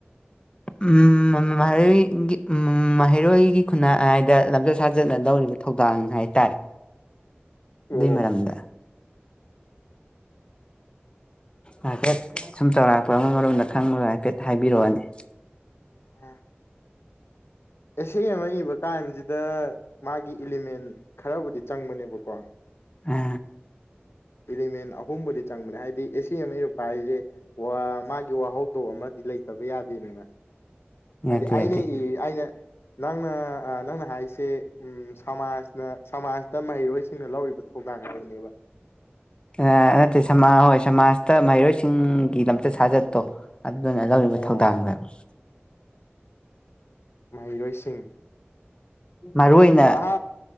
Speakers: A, on the left (about 25°); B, on the left (about 70°).
A: ꯎꯝ ꯃꯍꯩꯔꯣꯏꯒꯤ ꯃꯍꯩꯔꯣꯏꯒꯤ ꯈꯨꯟꯅꯥꯏꯗ ꯂꯝꯆꯠ ꯁꯥꯖꯠꯅ ꯂꯧꯔꯤꯕ ꯊꯧꯗꯥꯡ ꯍꯥꯏꯇꯥꯔꯦ ꯑꯗꯨ
B: ꯑꯣ
A: ꯃꯔꯝꯗ ꯍꯥꯏꯐꯦꯠ ꯁꯨꯝ ꯆꯥꯎꯧꯔꯥꯛꯄ ꯑꯃꯔꯣꯝꯗ ꯈꯪꯕꯣ ꯍꯥꯏꯐꯦꯠ ꯍꯥꯏꯕꯤꯔꯛꯑꯣꯅꯤ <unintelligible>
B: ꯑꯣ ꯑꯦꯁꯦ ꯑꯃ ꯏꯕ ꯀꯥꯟꯁꯤꯗ ꯃꯥꯒꯤ ꯏꯂꯤꯃꯦꯟ ꯈꯔꯕꯨꯗꯤ ꯆꯪꯕꯅꯦꯕꯀꯣ
A: ꯑ
B: ꯏꯂꯤꯃꯦꯟ ꯑꯍꯨꯝꯕꯨꯗꯤ ꯆꯪꯕꯅꯦ ꯍꯥꯏꯕꯗꯤ ꯑꯦꯁꯤ ꯑꯃ ꯏꯔꯛ ꯍꯥꯏꯖꯦ ꯋ ꯃꯥꯒꯤ ꯋꯥꯍꯩ ꯇꯣ ꯑꯃꯗꯤ ꯂꯩꯇꯕ ꯌꯥꯗꯦꯅꯦꯗ
A: ꯅꯠꯇꯦ
B: ꯑꯗꯤ ꯑꯩꯏꯅꯦ
A: ꯅꯠꯇꯦ
B: ꯑꯩꯅ ꯅꯪꯅ ꯅꯪꯅ ꯍꯥꯏꯁꯦ ꯎꯝ ꯁꯃꯥꯖꯅ ꯁꯃꯥꯖꯇ ꯃꯍꯩꯔꯣꯏꯁꯤꯡꯅ ꯂꯧꯔꯤꯕ ꯊꯧꯗꯥꯡ ꯍꯥꯏꯕꯅꯦꯕ
A: ꯑꯦ ꯅꯠꯇꯦ ꯁꯃꯥ ꯍꯣꯏ ꯁꯃꯥꯖꯇ ꯃꯍꯩꯔꯣꯏꯁꯤꯡꯒꯤ ꯂꯝꯆꯠ ꯁꯥꯖꯠꯇꯣ ꯑꯗꯨꯗꯅ ꯂꯧꯔꯤꯕ
B: ꯑꯣ
A: ꯊꯧꯗꯥꯡꯅꯦꯕ
B: ꯃꯍꯩꯔꯣꯏꯁꯤꯡ
A: ꯃꯔꯨ ꯑꯣꯏꯅ
B: ꯑꯗꯣ ꯑꯍꯥꯟ